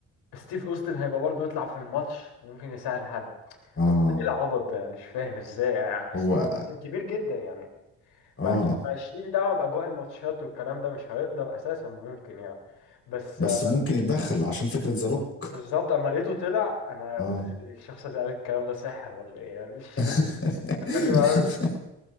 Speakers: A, on the left (about 65°); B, on the left (about 30°).
A: ستيف اوستن هيبقى برضه يطلع في الماتش وممكن يساعد حد
B: اه
A: أنا قلت ايه العبط ده مش فاهم ازاي يعني
B: هو
A: ستيف أوستن كبير جدا يعني
B: اه
A: مش مش ليه دعوه باجواء الماتشات والكلام ده مش هيقدر اساسا ممكن يعني بس
B: بس
A: آه،
B: ممكن يتدخل عشان فكرة ذا روك
A: بالظبط اما لقيته طلع انا
B: اه
A: قلت الشخص اللي قال الكلام ده ساحر ولا ايه يعني مش <laughs> فاهم
B: <laughs>
A: غريبه قوي